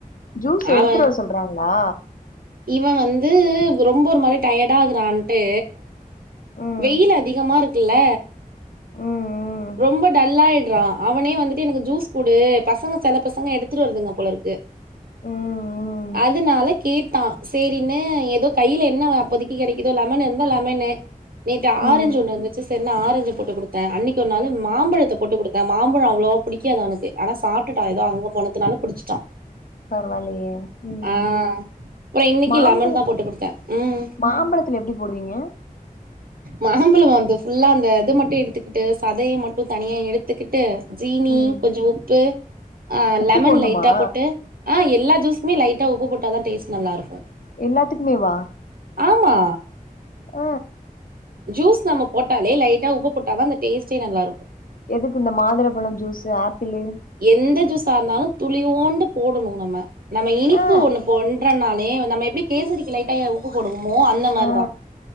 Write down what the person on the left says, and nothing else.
ஜூஸ் எடுத்துட்டு
வர சொல்றாங்களா
ம்
ம் ம்
ம் ம்
ம் ம்
பரவாயில்லையே ம்
மாம்பழ
மாம்பழத்துல எப்டி போடுவீங்க
ம்
உப்பு
போடணுமா
எல்லாத்துக்குமே வா
ஆ
எதுக்கு இந்த மாதுளம்பழோ ஜுஸ்ஸு ஆப்பிளு
ஆ
ஆ